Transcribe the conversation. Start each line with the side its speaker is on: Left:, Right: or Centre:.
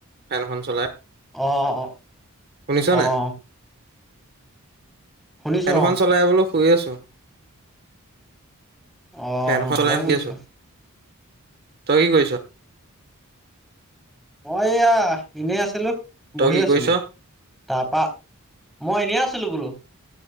Right: ফেনখন চলাই।
Centre: অ অ।
Right: শুনিছ নাই?
Centre: অ', শুনিছো
Right: ফেনখন
Centre: অ',
Right: চলাইলৈ শুই আছো
Centre: অহ
Right: ফেনখন
Centre: ভালে
Right: চলাই শুই
Centre: কৈছ।
Right: আছো তই কি কৰিছ।
Centre: মই এয়া এনেই আছিলো
Right: তই
Centre: বহি
Right: কি
Centre: আছিলো।
Right: কৰিছ
Centre: তাৰপা মই এনেই আছিলো বোলো।